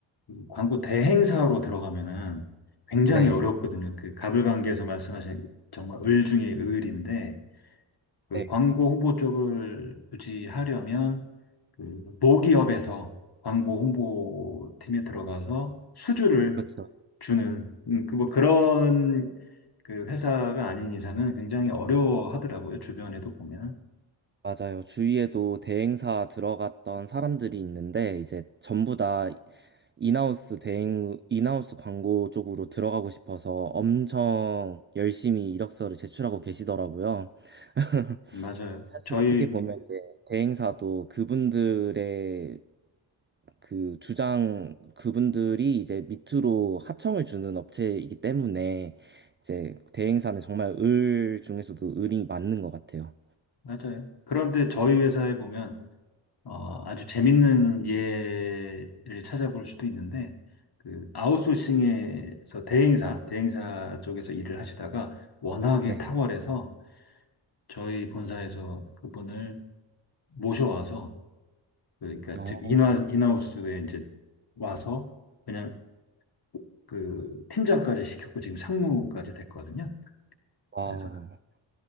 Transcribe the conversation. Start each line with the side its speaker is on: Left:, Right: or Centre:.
Left: 그 광고 대행사로 들어가면은 굉장히
Right: 네,
Left: 어렵거든요. 그 가불관계에서 말씀하신 정말 을 중에 을인데 그
Right: 네,
Left: 광고 홍보 쪽을 굳이 하려면 그 모기업에서 광고 홍보팀에 들어가서 수주를
Right: 그렇죠.
Left: 주는 음, 그뭐 그런 그 회사가 아닌 이상은 굉장히 어려워하더라고요. 주변에도 보면.
Right: 맞아요. 주위에도 대행사 들어갔던 사람들이 있는데 이제 전부 다 인하우스 대행, 인하우스 광고 쪽으로 들어가고 싶어서 엄청 열심히 이력서를 제출하고 계시더라고요. <laughs>
Left: 맞아요.
Right: 사실
Left: 저희
Right: 어떻게 보면 이제 대행사도 그분들의 그 주장, 그분들이 이제 밑으로 하청을 주는 업체이기 때문에 이제 대행사는 정말 을 중에서도 을이 맞는 것 같아요.
Left: 맞아요. 그런데 저희 회사에 보면 어, 아주 재밌는 예를 찾아볼 수도 있는데 그 아웃소싱에서 대행사, 대행사 쪽에서 일을 하시다가 워낙에
Right: 네.
Left: 탁월해서 저희 본사에서 그분을 모셔와서 그 그러니까
Right: 어,
Left: 즉 인하 인하우스에 이제 와서 그냥 그 팀장까지 시켰고 지금 상무까지 됐거든요.
Right: 와.
Left: 그래서